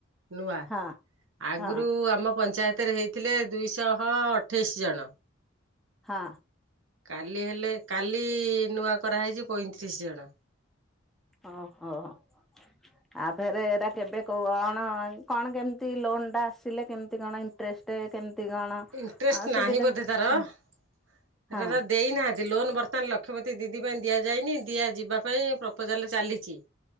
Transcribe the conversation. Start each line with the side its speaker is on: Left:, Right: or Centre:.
Right: ନୂଆ
Centre: ହଁ
Right: ଆଗରୁ
Centre: ହଁ
Right: ଆମ ପଞ୍ଚାୟତରେ ହେଇଥିଲେ ଦୁଇଶହ ଅଠେଇଶ୍ ଜଣ।
Centre: ହଁ।
Right: କାଲି ହେଲେ କାଲି ନୂଆ କରାହେଇଛି ପଇଁତିରିଶ ଜଣ।
Centre: ଓ ହୋ। ଆଉ ଫେରେ ଏଗୁରା କେବେ କଉ ଅଣ କଣ କେମନ୍ତି ଲୋନ୍ ଟା ଆସିଲେ କେମନ୍ତି କଣ ଟ୍ରେଷ୍ଟେ କେମତି କଣ?
Right: ଇଣ୍ଟରେଷ୍ଟ
Centre: ସୁବିଧା
Right: ନାହିଁ ବୋଧେ ତାର
Centre: ହଁ
Right: ଏଟା
Centre: ହଁ
Right: ତ ଦେଇନାହାନ୍ତି। ଲୋନ ବର୍ତ୍ତମାନ ଲକ୍ଷପତି ଦିଦି ପାଇଁ ଦିଆଯାଇନି ଦିଆ ଯିବା ପାଇଁ ପ୍ରପୋଜାଲ ଚାଲିଛି।